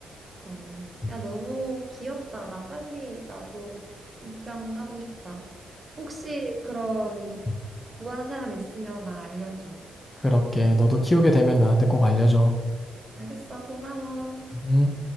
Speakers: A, on the right; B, on the left.
A: 어.
B: 음.
A: 야, 너무 귀엽다. 나 빨리, 나도 입양하고 싶다. 혹시 그런
B: 음.
A: 구하는 사람 있으면 나 알려줘.
B: 그렇게 너도 키우게 되면 나한테 꼭 알려줘.
A: 알겠어, 고마워.
B: 음.